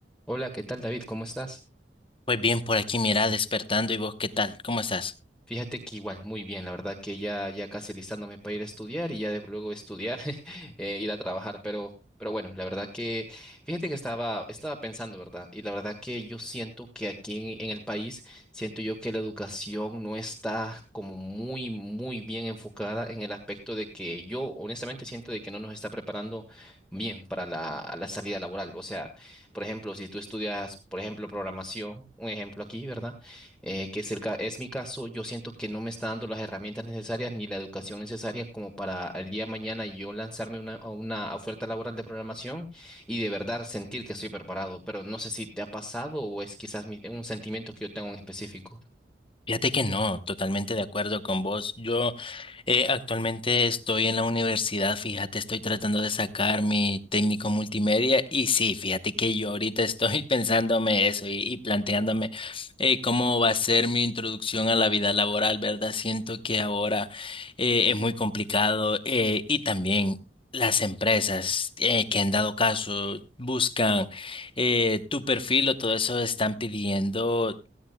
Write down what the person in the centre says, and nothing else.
Hola, ¿qué tal David? ¿Cómo estás?
Fíjate que igual, muy bien, la verdad que ya, ya casi listándome para ir a estudiar y ya de luego estudiar, <laughs> eh, ir a trabajar, pero, pero bueno, la verdad que, fíjate que estaba, estaba pensando, ¿verdad? Y la verdad que yo siento que aquí en, en el país, siento yo que la educación no está como muy, muy bien enfocada en el aspecto de que yo honestamente siento de que no nos está preparando bien para la, la salida laboral. O sea, por ejemplo, si tú estudias, por ejemplo, programación, un ejemplo aquí, ¿verdad? eh, que es, el, ca- es mi caso, yo siento que no me está dando las herramientas necesarias ni la educación necesaria como para el día de mañana yo lanzarme una- a una oferta laboral de programación y de verdad sentir que estoy preparado, pero no sé si te ha pasado o es quizás mi- un sentimiento que yo tengo en específico.